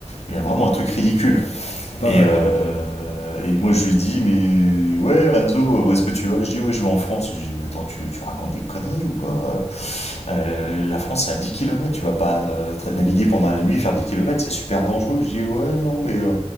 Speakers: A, on the left; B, on the left.
A: Il y a vraiment un truc ridicule.
B: <laughs> Ah
A: Et,
B: ouais,
A: euh,
B: tu m'étonnes.
A: et moi, je lui dis, mais ouais, Renzo, où est-ce que tu vas Je dis, ouais, je vais en France. Je lui dis, mais attends, tu, tu racontes des conneries ou quoi Euh, La France, c'est à 10 kilomètres. tu vas pas euh, tra- naviguer pendant la nuit, faire 10 kilomètres, c'est super dangereux. Je dis, ouais, non, mais euh,